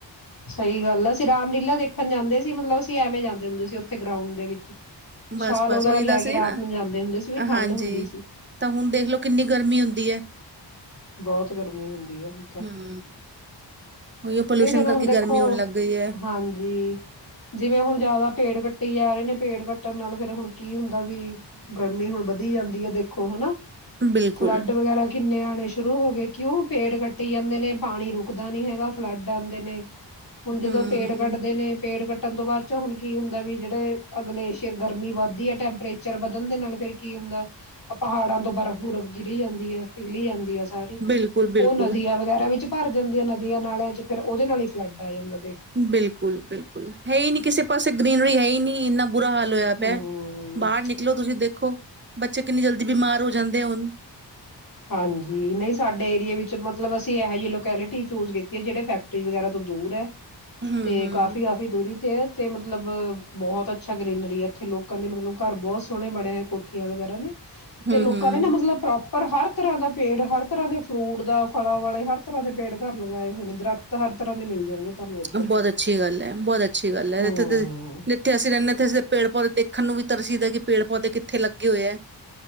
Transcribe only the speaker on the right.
ਬਸ-ਬਸ
ਉਹੀ
ਦੱਸ
ਰਹੀ
ਆ ਨਾ
ਹਾਂਜੀ।
ਤਾਂ ਹੁਣ ਦੇਖ ਲਓ ਕਿੰਨੀ ਗਰਮੀ ਹੁੰਦੀ ਹੈ
ਹੂੰ ਉਹੀਓ ਪੋਲਿਊਸ਼ਨ
ਕਰਕੇ ਗਰਮੀ
ਹੋਣ ਲੱਗ ਗਈ ਹੈ
ਬਿਲਕੁਲ
ਹੂੰ
ਬਿਲਕੁਲ-ਬਿਲਕੁਲ,
ਬਿਲਕੁਲ ਬਿਲਕੁਲ ਹੈ ਹੀ ਨਹੀਂੀ ਕਿਸੇ ਪਾਸੇ ਗ੍ਰੀਨਰੀ ਹੈ ਹੀ ਨਹੀਂੀ ਇੰਨਾ ਬੁਰਾ ਹਾਲ ਹੋਇਆ
ਪਿਆ ਬਾਹਰ ਨਿਕਲੋ ਤੁਸੀਂ ਦੇਖੋ ਬੱਚੇ ਕਿੰਨੀ ਜਲਦੀ ਬਿਮਾਰ ਹੋ ਜਾਂਦੇ ਹੁਣ
ਹੂੰ-ਹੂੰ,
ਹੂੰ-ਹੂੰ।
ਬਹੁਤ ਅੱਛੀ ਗੱਲ ਹੈ ਬਹੁਤ ਅੱਛੀ ਗੱਲ ਹੈ
ਜੱਥੇ ਜਿੱਥੇ ਅਸੀਂ ਰਹਿੰਦੇ ਹਾਂਥੇ ਅ ਪੇੜ ਪੌਦੇ ਦੇਖਣ ਨੂੰ ਵੀ ਤਰਸੀ ਦਾ ਕਿ ਪੇੜ ਪੌਦੇ ਕਿੱਥੇ ਲੱਗੇ ਹੋਏ ਹੈ